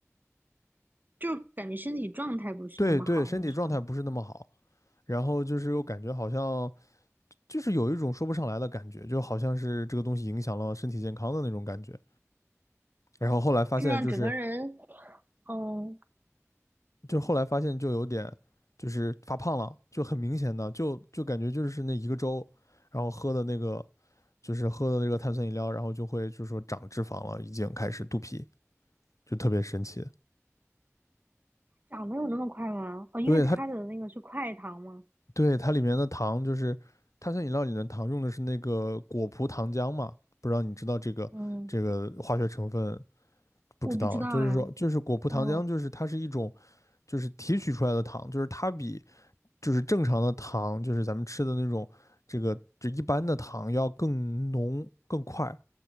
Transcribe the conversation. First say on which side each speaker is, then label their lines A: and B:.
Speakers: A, on the right; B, on the left.
A: 就感觉身体状态不是那么好了，
B: 对对，身体状态不是那么好，
A: 是吧？
B: 然后就是又感觉好像就是有一种说不上来的感觉，就好像是这个东西影响了身体健康的那种感觉。然后后来发现，
A: 就让整个人，
B: 就是
A: 嗯，
B: 就后来发现就有点就是发胖了，就很明显的，就就感觉就是那一个周，然后喝的那个就是喝的那个碳酸饮料，然后就会就是说长脂肪了，已经开始肚皮，就特别神奇。
A: 长得有那么快吗？哦，因为它的那个是快糖嘛，
B: 对它，对它里面的糖就是碳酸饮料里的糖用的是那个果葡糖浆嘛，不知道你知道这个这个化学成分
A: 嗯，
B: 不知道，
A: 我不知道呀，
B: 就是说，就是果葡糖浆，
A: 嗯
B: 就是它是一种，就是提取出来的糖，就是它比就是正常的糖，就是咱们吃的那种这个就一般的糖要更浓更快，